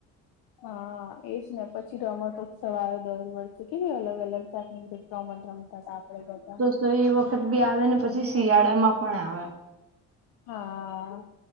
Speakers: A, on the left; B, on the right.
A: હા એજ ને પછી રમતોત્ સવા આવ દર વર્ષે કેવી અલગ અલગ. રમત રમતા હતા આપડે બધા
B: તો એ વખત બી આવે ને પછી શિયાળા માં પણ આવે
A: હા